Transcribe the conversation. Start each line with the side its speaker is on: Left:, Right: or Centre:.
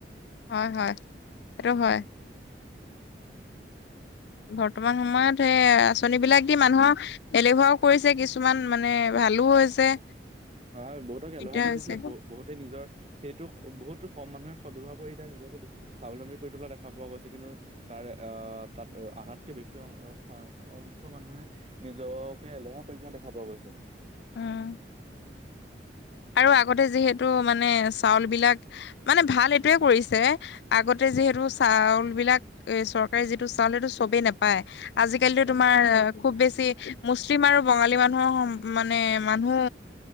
Left: হয়, হয়। সেইটো হয়।
Right: সময়ত
Left: বৰ্তমান সময়ত সেই আঁচনিবিলাক দি মানুহক এলেহুৱা ও কৰিছে কিছুমান উম, মানে ভালো হৈছে।
Right: হয়, বহুতকে
Left: দিগদাৰ
Right: এলেহুৱা কৰি
Left: হৈছে
Right: দিছে, বো বহুতে নিজৰ। সেইটো বহুত কম মানুহে সদ্ব্যৱহাৰ কৰি এতিয়া নিজৰ স্বাৱলম্বী কৰি থকা দেখা পোৱা গৈছে কিন্তু তাৰে অ', তাত আধাতকৈ বেছি সংখ্যক মানুহে নিজকে এলেহুৱা কৰি পেলোৱা দেখা পোৱা গৈছে।
Left: উম, আৰু আগতে যিহেতু মানে চাউলবিলাক মানে ভাল, সেইটোৱে কৰিছে। আগতে যিহেতু চাউলবিলাক চৰকাৰে যিটো চাউল সেইটো সবে নাপায়। আজিকালিতো
Right: হয় নাই
Left: তোমাৰ খুব বেছি। মুছলিম আৰু বঙালী মানুহৰ মানে মানুহ